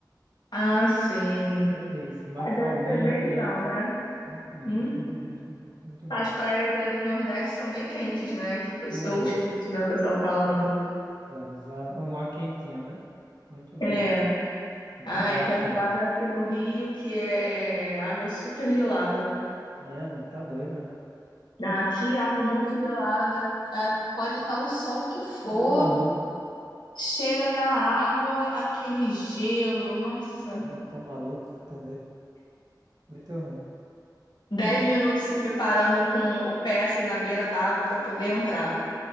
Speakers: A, on the left (about 80°); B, on the right (about 65°).
A: Ah, sim.
B: Delícia, mas
A: É,
B: calminho,
A: deve ser bem
B: quente.
A: legal, né?
B: Muito bom,
A: Hum?
B: muito bom, muito bom, muito bom.
A: As praias aí do Nordeste são bem quentes, né? Que o pes-
B: Todas,
A: eu escuto, né, o pessoal falando.
B: todas. Ah, o mar quentinho, né? Muito bom.
A: É.
B: né? Dá pra
A: Ah,
B: relaxar.
A: encontraram aqui no Rio que é água super gelada.
B: Né? Não tá doido? né?
A: Ah, Aqui, água muito gelada. Ah, Pode estar o sol que for.
B: Tá maluco.
A: Chega na água, aquele gelo, nossa.
B: Não, tá maluco, tá doido. Muito ruim.
A: Dez minutos se preparando com o pé assim na beira da água para poder entrar.